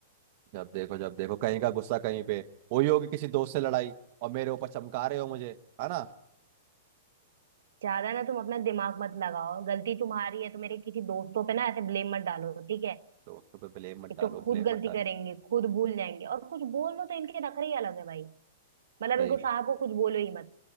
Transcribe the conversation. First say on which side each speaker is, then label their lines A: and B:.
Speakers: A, on the right; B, on the right.
A: जब देखो जब देखो कहीं का गुस्सा कहीं पे वही होगी किसी दोस्त से लड़ाई और मेरे ऊपर चमका रहे हो मुझे है ना
B: ज्यादा ना तुम अपना दिमाग मत लगाओ गलती तुम्हारी है तो मेरे किसी दोस्तों पे ना ऐसे ब्लेम मत डालो ठीक है
A: दोस्तों पे ब्लेम मत
B: एक
A: डालो
B: तो खुद
A: ब्लेम
B: गलती
A: मत डालो
B: करेंगे खुद भूल जाएंगे और कुछ बोल लो तो इनके नखरे ही अलग है भाई मतलब
A: सही
B: इनको साहब को कुछ बोलो ही मत